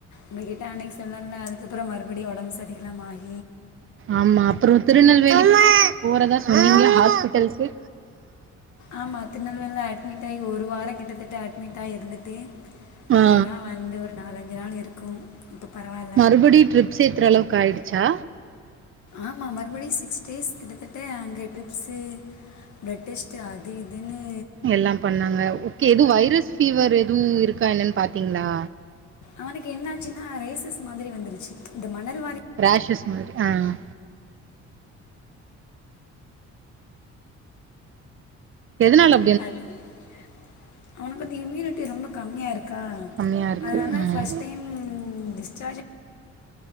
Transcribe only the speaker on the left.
உங்ககிட்ட அன்னைக்கு சொன்னல அதுக்கப்புற மறுபடியு ஒடம்பு சரி இல்லாம ஆயி
ஆமாம்
ஆமா திருநெல்வேல்ல அட்மிட் ஆயி ஒரு வாரம் கிட்டத்தட்ட அட்மிட் ஆயி இருந்துட்டு
இப்ப தா வந்து ஒரு நாலஞ்சு நாள் இருக்கு இப்ப பரவா இல்
ஆமா மறுபடி சிக்ஸ் டேஸ் கிட்டத்தட்ட அங்க ட்ரிப்ஸு ப்ளட் டெஸ்ட் அது இதுனு
அவனுக்கு என்ன ஆச்சுன்னா ரைசஸ் மாதிரி வந்துருச்சு இந்த மணல் வாரி
<unintelligible> அவனுக்கு வந்து இம்யூனிட்டி ரொம்ப கம்மியா இருக் க்க
அதனால
ஃபர்ஸ்ட் டைம் ம் டிஸ்சார்ஜ்